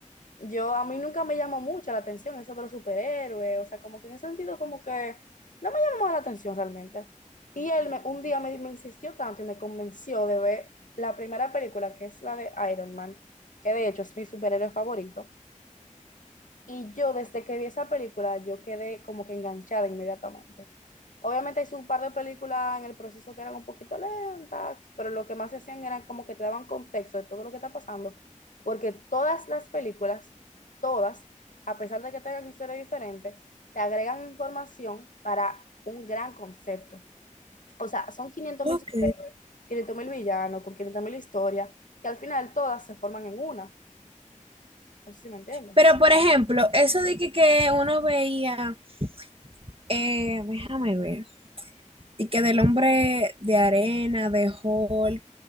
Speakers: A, on the left; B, on the right.
A: yo a mí nunca me llama mucho la atención eso de los superhéroes, o sea, como que en ese sentido como que no me llamó la atención realmente. Y él me- un día me, me insistió tanto y me convenció de ver la primera película, que es la de Iron Man, que de hecho es mi superhéroe favorito. Y yo desde que vi esa película, yo quedé como que enganchada inmediatamente. Obviamente hay un par de películas en el proceso que eran un poquito lentas, pero lo que más hacían era como que te daban contexto de todo lo que está pasando, porque todas las películas, todas, a pesar de que tengan historias diferentes, te agregan información para un gran concepto. O sea, son 500
B: ok.
A: mil 500 mil villanos, con 500 mil historias, que al final todas se forman en una. No sé si me entienden.
B: Pero, por ejemplo, eso de que, que uno veía, eh, déjame ver, y que del hombre de arena, de Hulk,